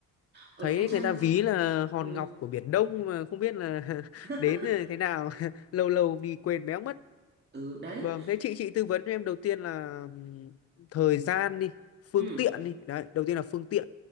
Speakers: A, on the right; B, on the left.
A: ở
B: thấy
A: Nha Trang
B: người ta ví là
A: ừ.
B: hòn ngọc của Biển Đông mà không biết là <laughs>
A: <laughs>
B: đến ờ, thế nào <laughs> lâu lâu đi quên béo mất
A: ừ đấy
B: vâng thế chị chị tư vấn cho em đầu tiên là ừm, thời gian đi phương
A: ừ
B: tiện đi đấy đầu tiên là phương tiện